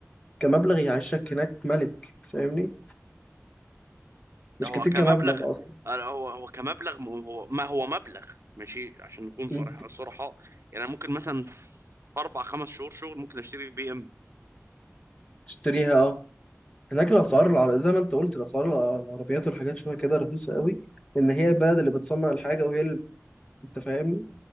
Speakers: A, on the left; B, on the right.
A: كمبلغ يعيشك هناك ملك فاهمني مش
B: ده هو
A: كتير
B: كمبلغ
A: كمبلغ اصلا
B: هو هو كمبلغ م- هو ما هو مبلغ ماشي عشان نكون صرح
A: مم.
B: صرحاء يعني أنا ممكن مثلا في اربع خمس شهور شغل ممكن اشتري بي ام
A: تشتريها اه هناك الاسعار العر... زي ما انت قلت الاسعار الع- العربيات والحاجات شبه كده رخيصه قوي ان هي البلد اللي بتصنع الحاجه وهي اللي انت فاهمني